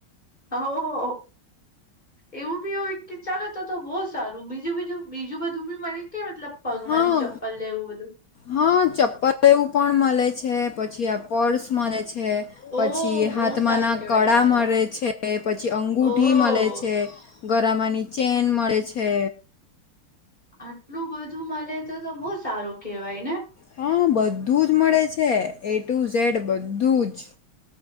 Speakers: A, on the left; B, on the left.
A: આહા, ઓ હો અહો એવું ભી ઓય કે ચાલો તો તો બો સારું બીજું બીજું બીજું બધું બી મલે કે મતલબ પગમાં
B: હા
A: ની ચપ્પલ એવું બધું.
B: હા ચપ્પલ ને એવું પણ મલે છે, પછી આ પર્સ મલે છે પછી
A: ઓહ
B: હાથમાના
A: બહુ સારું કેવાય
B: કળા
A: તો તો
B: મલે છે, પછી અંગૂઠી
A: ઓહ
B: મલે છે ગરામાંની ચેન મળે છે.
A: આટલું બધું મલે તો તો બો સારું કેવાય ને.
B: હા બધું જ મળે છે એ ટુ ઝેડ બધું જ.